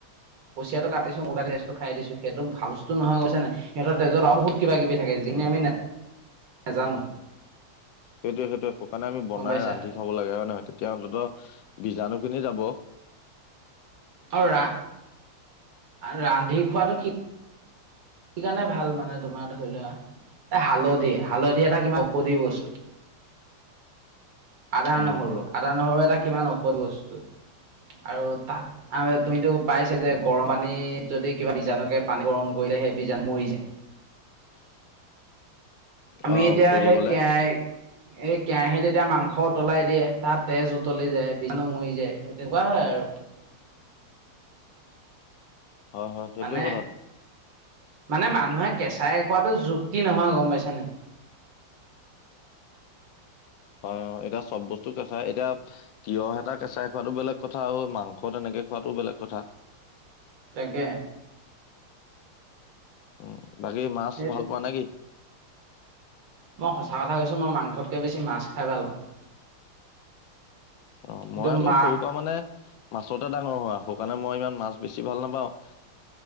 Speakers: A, on the right; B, on the left.
A: কুচিয়াটো কাটিছো <unintelligible> তেজটো খাই দিছো সেইটো ভাল বস্তু নহয় গম পাইছা নাই সিহঁত তেজত আৰু বহুত কিবা কিবি থাকে যিখিনি
B: অ
A: আমি নাজানো
B: সেইটোৱে সেইটোয়ে সেইটোৱে শুকানে আমি বনাই
A: গম পাইছা
B: ৰান্ধি খাব লাগে হয় নহয় তেতিয়া অতন্ত্য বিজাণুখিনি যাব
A: আৰু ৰা ৰান্ধি খোৱাটো কি সেই কাৰণে ভাল মানে তোমাৰ ধৰি লোৱা এ হালধি হালধি এটা কিবা ঔষধি বস্তু। আদা
B: উম
A: নহৰু আদা নহৰু এটা কিমান ঔষধ বস্তু। আৰু তাত তুমিতো পাইছা যে
B: উম
A: গৰম পানী যদি কিবা বীজাণু থাকে পানী গৰম কৰিলে সেই বীজাণু মৰি যায়। আমি
B: অ
A: এতিয়া
B: উতলি
A: সেই
B: গলে
A: কেৰাহি কেৰাহীত এতিয়া মাংস উতলাই দিয়ে তাত তেজ উতলি যায় বীজাণু মৰি যায় সেই তেনেকুৱা হয় আৰু। <unintelligible>
B: হয় হয় সেইটোয়ে
A: মানে
B: কথাটো
A: মানে মানুহে কেঁচাই খোৱাটো যুক্তি নহয় গম পাইছা নাই
B: হয় এতিয়া চব বস্তু কেঁচাই এতিয়া তিঁয়হ এটা কেঁচাই খোৱাটো বেলেগ কথা আৰু মাংস তেনেকে খোৱাটো বেলেগ কথা।
A: তাকে
B: উম বাকী মাছ
A: সেই
B: ভাল পোৱা নে কি?
A: মই সঁচা কথা কৈছোঁ মই মাংসতকৈ বেছি মাছ খাই ভাল পাওঁ।
B: অ
A: কিন্তু
B: মই আকৌ
A: মা
B: সৰু পৰা মানে মাছতে ডাঙৰ হোৱা সৌ কাণে মই ইমান মাছ বেছি ভাল নাপাওঁ।